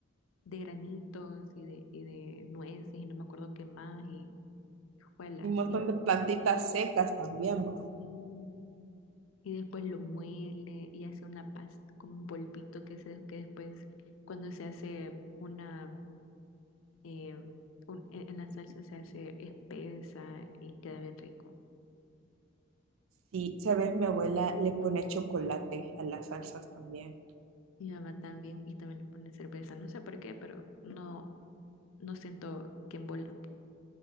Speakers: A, on the left; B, on the right.
A: de granitos y de, y de nueces y no me acuerdo qué más y juela,
B: Y un montón
A: sí
B: de plantitas secas también, va.
A: Mm, Y después lo muele y hace una pasta, como un polvito que se, que después cuando se hace una, eh, un- en, en la salsa se hace espesa y queda bien rico.
B: Sí, sabes, mi abuela le pone chocolate a las salsas también.
A: Mi mamá también, y también le pone cerveza, no sé por qué, pero no, no siento que embola.